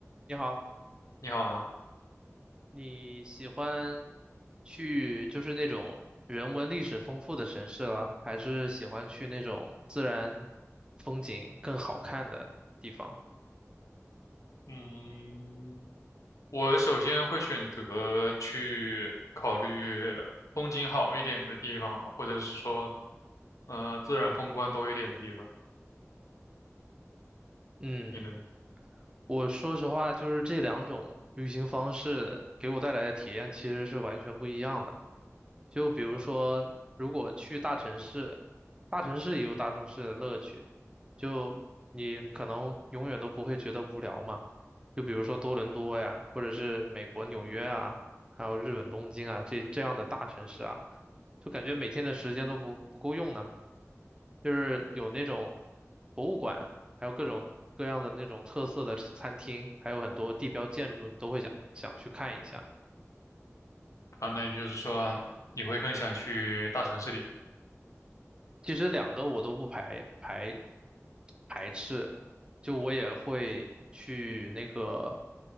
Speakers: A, on the right; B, on the left.
A: 你好，
B: 你好啊，
A: 你喜欢去就是那种人文历史丰富的城市啦，还是喜欢去那种自然风景更好看的地方？
B: 嗯，我首先会选择去考虑风景好一点的地方吧，或者是说，呃，自然风光多一点的地方。
A: 嗯。
B: 你呢？
A: 我说实话，就是这两种旅行方式给我带来的体验其实是完全不一样的。就比如说，如果去大城市，大城市也有大城市的乐趣，就你可能永远都不会觉得无聊嘛。就比如说多伦多呀，或者是美国纽约啊，还有日本东京啊，这这样的大城市啊。就感觉每天的时间都不不够用呢。就是有那种博物馆，还有各种各样的那种特色的餐厅，还有很多地标建筑，你都会想想去看一下。
B: 啊，那也就是说，你会更想去大城市里？
A: 其实两个我都不排排排斥，就我也会去那个，